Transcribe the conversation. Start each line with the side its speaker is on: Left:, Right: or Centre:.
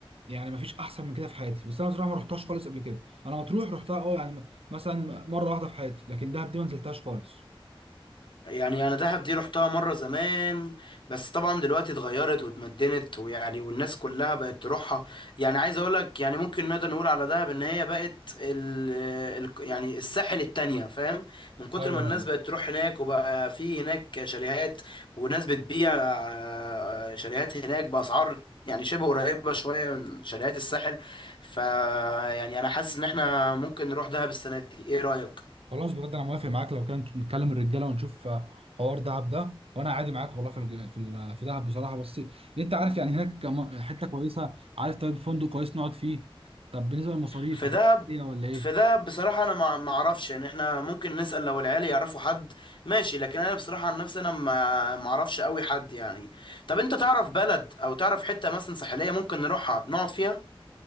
Right: يعني ما فيش احسن من كده في حياتي بس انا بصراحه ما رحتهاش خالص قبل كده انا مطروح رحتها اه يعني م- مثلا مره واحده في حياتي لكن دهب دي ما نزلتهاش خالص
Left: يعني انا دهب دي رحتها مره زمان بس طبعا دلوقتي اتغيرت واتمدنت ويعني والناس كلها بقت تروحها يعني عايز اقول لك يعني ممكن نقدر نقول على دهب ان هي بقت ال ال يعني الساحل التانية فاهم من كتر
Right: ايوه
Left: ما
Right: ايوه
Left: الناس بقت تروح هناك وبقى في هناك شاليهات وناس بتبيع آه، آه، شاليهات هناك باسعار يعني شبه قريبة شوية من شاليهات الساحل ف يعني أنا حاسس إن إحنا ممكن نروح دهب السنة دي، إيه رأيك؟
Right: خلاص بجد انا موافق معاك لو كان نتكلم الرجاله ونشوف آه، حوار دهب ده وانا عادي معاك والله في الج- في ال- في دهب بصراحه بس انت عارف يعني هناك كم- حته كويسه عارف طيب فندق كويس نقعد فيه طب بالنسبه للمصاريف
Left: في
Right: هتبقى
Left: دهب
Right: ايه ولا ايه
Left: في دهب بصراحة أنا ما ما أعرفش يعني إحنا ممكن نسأل لو العيال يعرفوا حد ماشي لكن أنا بصراحة عن نفسي أنا ما ما أعرفش أوي حد يعني طب أنت تعرف بلد أو تعرف حتة مثلا ساحلية ممكن نروحها نقعد فيها؟